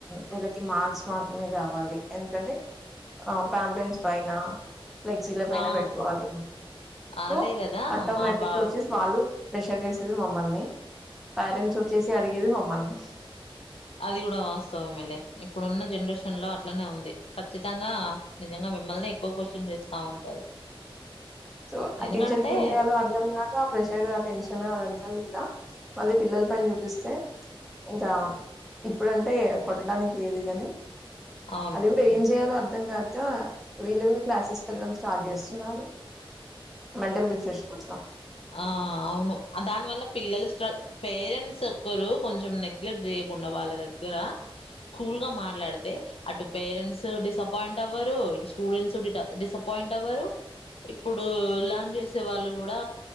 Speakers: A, in the centre; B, on the left.
A: వీళ్ళకి మార్క్స్ మాత్రమే కావాలి ఎందుకంటే ఆ ఫ్యాబలెన్స్ ఫైనా ఫ్లెగజీల పైన
B: ఆ
A: పెట్టుకోవాలి అని సో
B: అదే కదా
A: ఆటోమేటిక్గా
B: మా బావ
A: వచ్చేసి వాళ్ళు ప్రెషర్ చేసేది మమ్మల్ని ప్యరెంట్స్ వచ్చేసి అడిగేది మమ్మల్ని
B: అది కూడా వాస్తవం మళ ఇప్పుడున్న జనరేషన్ లో అట్లానే ఉంది ఖచ్చితంగా నిజంగా మిమ్మల్నే ఎక్కువ క్వశ్చన్ చేస్తా ఉంటారు
A: సో ఆ
B: ఎందుకంటే
A: టీచర్ క ఏం చేయాలో అర్ధం కాక ఆ ప్రెషర్ ఆ టెన్షన్ అదంతా కూడా మళ్ళీ పిల్లల పని చూపిస్తే ఇంకా ఇప్పుడంటే కొట్టడానికి లేదు కాని
B: అవును
A: అది ఇ కూడాడు ఏం చేయలో అ అధంంగాక వీళ్ళు కూడా క్లాసెస్కి వెళ్ళడం స్టార్ట్ చేస్తున్నారు మెంటల్ రిఫ్రెష్ కోసం
B: ఆ అవును దానివల్ల పిల్లలు స్ట పేరెంట్స్ ఒక్కరు కొంచెం నెగ్లెక్ట్ చేయకుండా వాళ్ళ దగ్గర కూల్ గా మాట్లాడితే అటు పేరెంట్స్ డిసప్పయింట్ అవ్వరు ఇటు స్టూడెంట్స్ డిసప్పయి పాయింట్ అవరు ఇప్పుడు ల చేసే వాళ్ళు కూడా